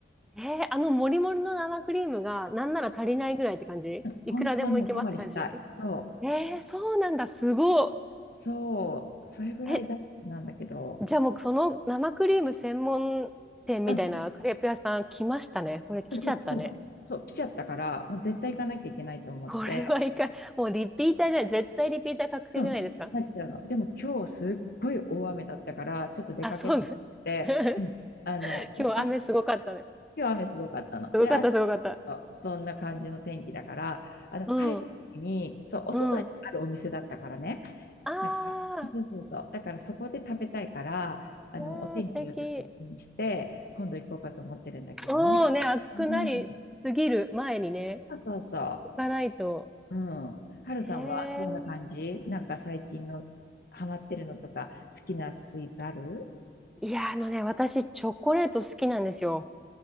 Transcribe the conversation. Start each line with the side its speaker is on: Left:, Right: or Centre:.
Centre: ー。えー、あのモリモリの生クリームがなんなら足りないぐらいって感じいくらでもいけますって感じ
Left: 本当はね、おかわりしたい。そう、
Centre: えー、そうなんだ。すご
Left: そう、それぐらい大好きなんだけど。
Centre: い。え、じゃあもうその生クリーム専門店みたいなクレープ屋さん来ましたね。
Left: うん
Centre: これ来ちゃったね。
Left: そう、来たの。そう、来ちゃったから、もう絶対行かなきゃいけないと思って、
Centre: これはいかん、もうリピーターじゃない。絶対リピーター確定じゃないですか。
Left: うん、なっちゃうの。でも今日すっごい大雨だったから、ちょっと出かけたくなくて、
Centre: あ、そうだ。<laughs>
Left: うん、あの、
Centre: 今日雨すごかったね。
Left: 明日、今日雨すごかったの。
Centre: すごかった、
Left: で、明
Centre: すごかった。
Left: 日、そんな感じの天気だから、あの、
Centre: うん、
Left: 晴れた時に、そう、お外にあるお店だったからね、
Centre: うん。ああ、
Left: なんか、そうそうそう、だからそこで食べたいから、あの、
Centre: わあ、
Left: お天気をちょっと気にして、
Centre: 素敵。
Left: 今度行こうかと思ってるんだけどね。
Centre: おおね、暑くなりすぎる前にね、
Left: うん、そうそうそう。
Centre: 行かないと。
Left: うん。はるさんはどんな感じなんか最近のハマってるのとか、
Centre: ええ
Left: 好きなスイーツある
Centre: いや、あのね、私、チョコレート好きなんですよ。